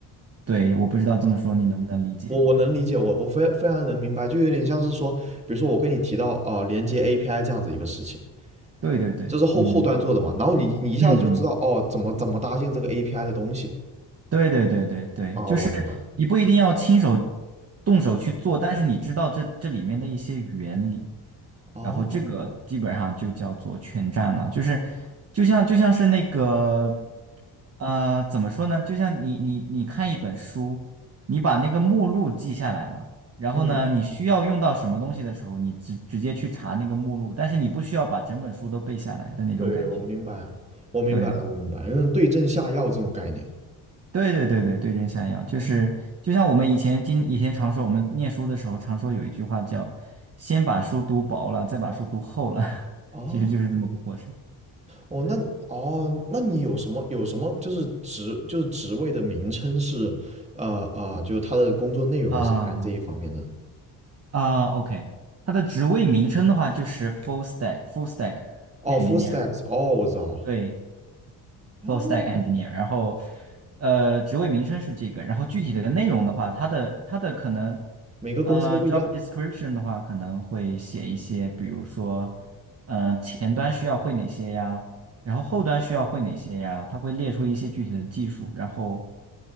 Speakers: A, on the right; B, on the right.
A: 对，我不知道这么说你能不能理解？
B: 我我能理解，我我非非常能明白，就有点像是说，比如说我跟你提到呃连接 API 这样子一个事情。
A: 对对对，
B: 就是后后端做的嘛。
A: 嗯
B: 然后你你一下子就知道哦，
A: 嗯嗯。
B: 怎么怎么搭建这个 API 的东西。
A: 对对对对对，
B: 哦，
A: 就是你不一定要亲手
B: 我明白。
A: 动手去做，但是你知道这这里面的一些原理，
B: 哦，
A: 然后这个基本上就叫做全占了。就是就像就像是那个呃，怎么说呢？就像你你你看一本书，你把那个目录记下来了，然后呢，
B: 嗯，
A: 你需要用到什么东西的时候，你直直接去查那个目录，但是你不需要把整本书都背下来的那种感觉。
B: 对，我明白，我明白了，
A: 对对
B: 我明白，为对症下药这种概念。
A: 对对对对对症下药，就是就像我们以前经以前常说，
B: 哦，
A: 我们念书的时候常说有一句话叫“先把书读薄了，再把书读厚了”，<laughs>
B: 啊，
A: 其实就是这么个过程。
B: 哦，
A: 对
B: 那哦，那你有什么有什么就是职就是职位的名称是，呃呃，就是他的工作内容是干这一方面的。
A: 啊啊，OK，它的职位名称的话就是 full stack full stack
B: 哦，full
A: engineer。
B: stacks，哦，我知道了。
A: 对，
B: 哦，
A: full stack engineer，然后呃，职位名称是这个，然后具体的内容的话，它的它的可能
B: 每个公司都不一样。
A: 呃 job description 的话，可能会写一些，比如说呃前端需要会哪些呀，然后后端需要会哪些呀，它会列出一些具体的技术，然后